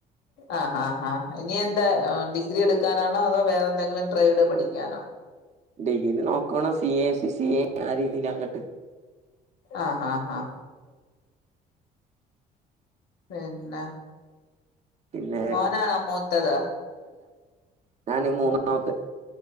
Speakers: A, on the left; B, on the right.
A: ആ ആ ആ ഇനി എന്താ ഡിഗ്രി എടുക്കാനാണോ അതോ വേറെ എന്തെങ്കിലും ട്രേഡ് പഠിക്കാനോ
B: ഡിഗ്രി നോക്കണം C A C C A ആ രീതിൽ അങ്ങട്ട്
A: ആഹ് ആഹ് ആഹ് പിന്നെ
B: പിന്നെ
A: മോനാണോ മൂത്തത്
B: ഞാൻ മൂന്നാമത്തെ
A: ഉം ഉം